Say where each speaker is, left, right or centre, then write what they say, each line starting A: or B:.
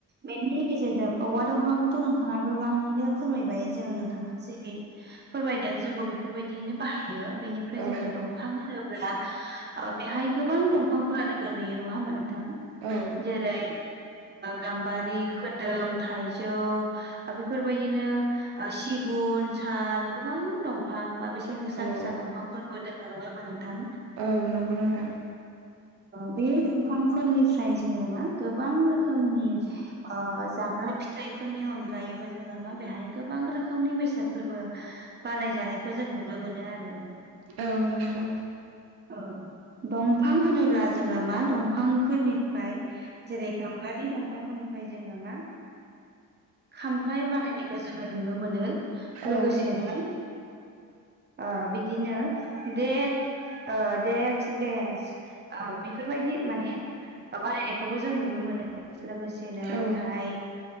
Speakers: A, on the right; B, on the right.
A: बेनि गेजेरजों औवा दंफांखौथ' नोंथाङा गोबाङैनो फोरमायबाय जोंङो नोंथाङा जेरै फोरमायनायाव जोंबो बेफोरबायदियैनो बाहाय यो बेनिफ्राय
B: औ
A: जोङो दंफां होनोब्ला बेहाय गोबां दंफांफोरानो गोलैयो नङा होमबा नोंथां
B: औ
A: जेरै गाम्बारि खोदोम थाइजौ बेफोरबाय बिदिनो सिगुन साल गोबां दंफां बा बेसेन गोसा
B: औ
A: गोसा दंफांफोर बो दङ नङा होमबा नोंथां?
B: औ नंगौ नोंथां
A: बे दंफांफोरनिफ्राय जोङो मा गोबां रोखोमनि ओ जाग्रा फिथाइफोरनि अनगायैबो जोङो मा बेहाय गोबां रोखोमनि बेसादफोरबो बानाय जानायखौ जों नुनो मोनो आरो
B: औ नंगौ
A: औ दंफां होनोब्ला जोङो मा दंफांफोरनिफ्राय जेरै गामबारि दंफांफोरनिफ्राय जोङो मा खाम फ्लाय बानायनायखौ जोङो नुनो मोनो
B: औ
A: लोगोसेनो ओ बिदिनो देक्क बेन्स बेफोरबायदि माने बानायनायखौबो जों नुनो मोनो लोगोसेनो
B: औ
A: बेहाय